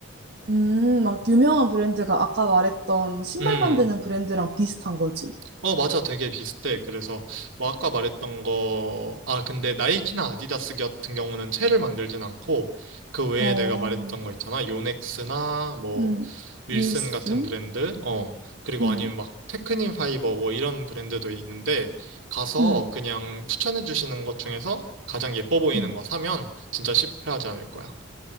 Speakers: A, on the right (about 55°); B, on the right (about 80°).
A: 음, 막 유명한 브랜드가 아까 말했던 신발
B: 음.
A: 만드는 브랜드랑 비슷한 거지.
B: 어, 맞아. 되게 비슷해. 그래서, 뭐, 아까 말했던 거, 아, 근데 나이키나 아디다스 같은 경우는 채를 만들진 않고, 그 외에
A: 어,
B: 내가 말했던 거 있잖아. 요넥스나, 뭐,
A: 음,
B: 윌슨
A: 윌슨?
B: 같은 브랜드, 어, 그리고
A: 음,
B: 아니면 막, 테크닌 파이버, 뭐, 이런 브랜드도 있는데, 가서
A: 음,
B: 그냥 추천해 주시는 것 중에서 가장 예뻐 보이는
A: 음.
B: 거 사면 진짜 실패하지 않을 거야.